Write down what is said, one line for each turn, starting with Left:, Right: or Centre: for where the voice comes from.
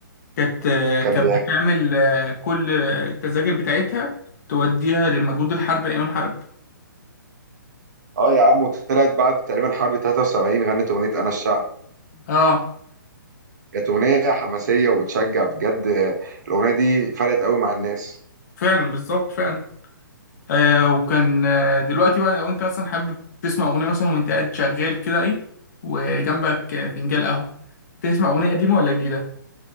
Left: كانت
Right: كان
Left: كانت
Right: بيحكي
Left: بتعمل كل التذاكر بتاعتها توديها لمجهود الحرب أيام الحرب
Right: اه يا عم وطلعت بعد تقريبا حرب 73 غنت اغنيه انا الشعب
Left: اه
Right: كانت اغنيه حماسيه وبتشجع بجد الاغنيه دي فرقت قوي مع الناس
Left: فعلا بالظبط فعلا آه وكان آه دلوقتي بقى لو انت مثلا حابب تسمع اغنيه مثلا وانت قاعد شغال كده ايه وجنبك آه، فنجان قهوه تسمع اغنيه قديمه ولا جديده